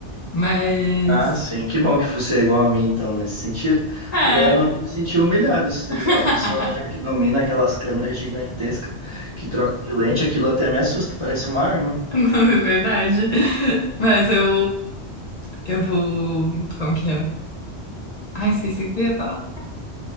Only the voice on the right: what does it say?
Ah, sim. Que bom que você é igual a mim, então, nesse sentido.
Porque daí eu não vou me sentir humilhado. Se
a pessoa já que domina aquelas câmeras gigantescas que troca de lente, aquilo até me assusta, parece uma arma.